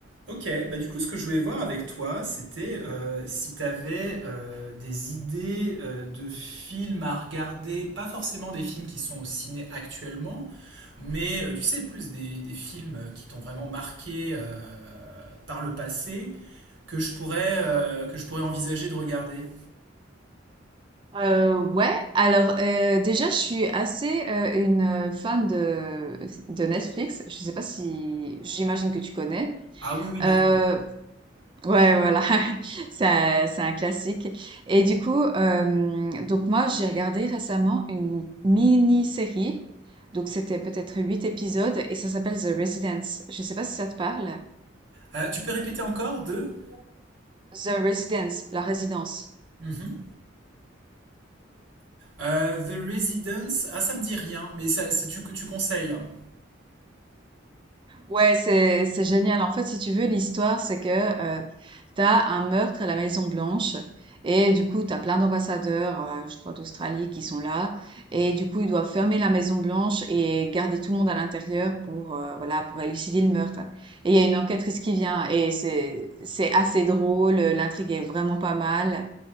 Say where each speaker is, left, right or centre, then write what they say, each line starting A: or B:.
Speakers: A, on the right; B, on the right.
A: Ok, bah du coup, ce que je voulais voir avec toi, c'était euh, si tu avais des idées euh, de films à regarder, pas forcément des films qui sont au ciné actuellement, mais euh, tu sais, plus des, des films euh, qui t'ont vraiment marqué euh, par le passé que je pourrais, euh, que je pourrais envisager de regarder.
B: Euh, ouais, alors euh, déjà je suis assez euh, une euh, fan de, de Netflix. Je sais pas si j'imagine que tu connais.
A: Ah oui, oui, bien
B: Euh,
A: sûr.
B: ouais, voilà, <laughs> c'est un, c'est un classique. Et du coup, euh, donc moi j'ai regardé récemment une mini-série. Donc c'était peut-être huit épisodes et ça s'appelle The Residence. Je sais pas si ça te parle.
A: Euh, tu peux répéter encore deux?
B: The Residence, la résidence.
A: Mhm. Euh, The Residence, ah ça me dit rien, mais ça, ça- tu, tu conseilles. hein.
B: Ouais, c'est c'est génial. En fait, si tu veux, l'histoire, c'est que euh, t'as un meurtre à la Maison Blanche et du coup, t'as plein d'ambassadeurs, euh, je crois d'Australie, qui sont là et du coup, ils doivent fermer la Maison Blanche et garder tout le monde à l'intérieur pour euh, voilà pour élucider le meurtre. Et il y a une enquêtrice qui vient et c'est c'est assez drôle. L'intrigue est vraiment pas mal